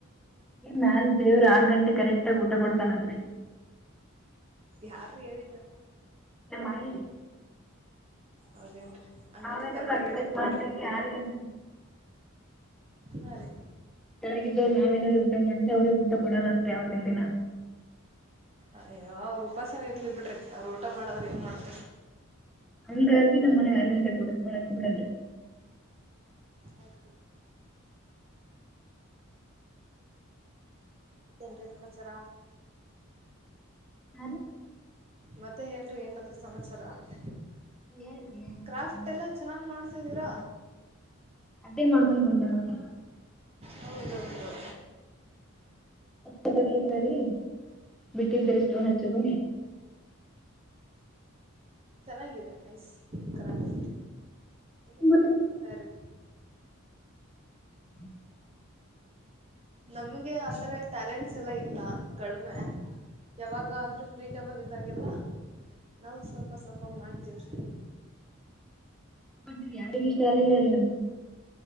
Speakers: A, in the centre; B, on the right.
A: ಮ್ಯಾಲ ದೇವ್ರ ಆರ್ ಗಂಟೆ ಕರೆಕ್ಟ್ ಆಗ ಊಟ ಕೊಡ್ತಾನನ್ರಿ
B: ಯಾರು ಹೇಳಿದ್ದು
A: ಇ ಮಾಡಿರಿ
B: ಹೌದೇನ್ರಿ ಹಂಗಂದ್ರೆ
A: ಅವೇನ್ರ
B: ಕರೆಕ್ಟಾಗಿ
A: ಅಕಸ್ಮಾತ್
B: ಇರತ್ ಬಿಡ್ರಿ
A: ಆಗಿ ಆರು ಗಂಟೆ
B: ಹಾಂ ರೀ
A: ಚೆನ್ನಾಗಿದ್ದವರು ನಾವೇನಾದ್ಯಾ ಊಟ ಮಾಡಿದ್ರೆ ಅವ್ರಗ್ ಊಟ ಕೊಡಲ್ಲ ಅಂತ್ ಯಾವತ್ತಿನ ದಿನ
B: ಅಯ್ಯ ಅವ್ರು ಉಪಾಸನ ಇರ್ಲಿ ಬಿಡ್ರಿ ನ್ ಊಟ ಮಾಡಾದ್ರೆ ಏನ್ ಮಾಡ್ತ
A: ಹಂಗಾಗಿ ನಮ್ಮ್ ಮನೆ ಆರ್ ಗಂಟೆ ಕೊಡ ಬಿಡನ್ಯ
B: ಆಯ್ತು ಬಿಡ್ರಿ ಮತ ಸಂವತ್ಸರ
A: ಹ ರೀ
B: ಮತ್ತೆ ಹೇಳಿ ಏನಾದ್ಯ ಸಮಾಚಾರ ಅಂತ
A: ರೀ ಹೇಳ್ರಿ ಹ್ಮ್
B: ಕ್ರಾಫ್ಟ್ ಎಲ್ಲ ಚೆನ್ನಾಗ್ ಮಾಡ ದರ
A: ಅಡ್ಡೇ ಮಾಡ್ಕೊಂಡ್ ಕುತೇವಿ ಅವ್ರಿಗೆ
B: ಹೌದೌದು
A: ಒ ಬ ಇಲ್ಲ ರೀ ಬಿಟ್ಟಿದರಿಷ್ಟೋ ಹೆಚ್ಚದ
B: ಚೆನ್ನಾಗಿದೆ ನೈಸ್ ಕ್ರಾಫ್ಟ ಇನ್ನುೂ
A: ಬಟ್
B: ಟ್ರೈ ಮಾಡ್ತಾ್ರಿ
A: ಹ್ಮ
B: ನಮ್ಗೆ ಆತರ ಟ್ಯಾಲೆಂಟ್ಸ್ ಎಲ್ಲ ಇಲ್ಲ ಕಡಿಮೆ ಯಾವಾಗಾದ್ರೂ ಫ್ರೀಜ. ಟಬಲ್ ಇದ್ದಾಗೆಲ್ಲ ನಾವು ಸ್ವಲ್ಪ ಸ್ವಲ್ಪ ಮಾಡ್ತೀವ್ರಿ.
A: ಬ ಯಾರಿಗ ಇಷ್ಟ ಅಲ್ಲಿಿಲ್ಲ ರೀಗೆ.